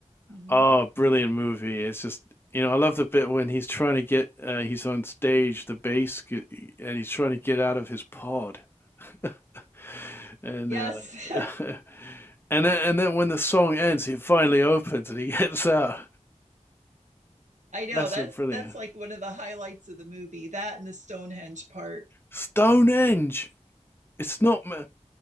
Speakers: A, on the right; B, on the left.
A: hmm
B: Oh, brilliant movie. It's just, you know, I love the bit when he's trying to get uh, he's on stage, the bass gu- and he's trying to get out of his pod. <laughs> And
A: Yes,
B: uh <laughs> and then and then when the song ends, it finally opens and he <laughs> gets out.
A: <laughs> I know.
B: That's
A: That's
B: a brilliant.
A: that's like one of the highlights of the movie. That and the Stonehenge part. <laughs>
B: Stonehenge. It's not ma-